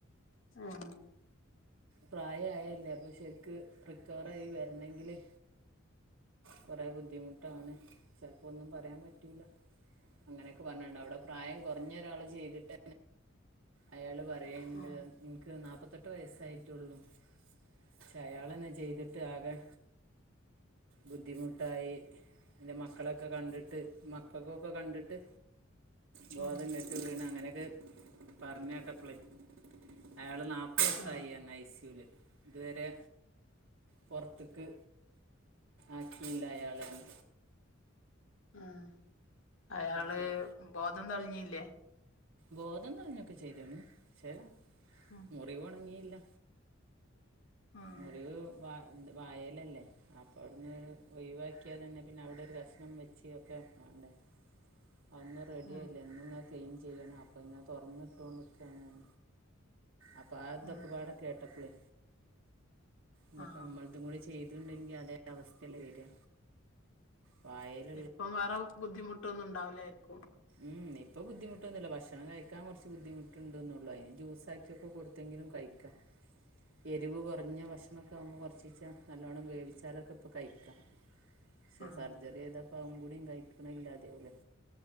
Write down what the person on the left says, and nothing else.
ആഹ്
ആഹ്
ആഹ്
ആഹ്
ഉം അയാള്
ബോധം തെളിഞ്ഞില്ലേ
ഉം
ഉം
ഉം
ഉം
ആഹ്
ഇപ്പം വേറെ ബുദ്ധിമുട്ടൊന്നും ഉണ്ടാവില്ലായിരിക്കും
<inaudible>
ഉം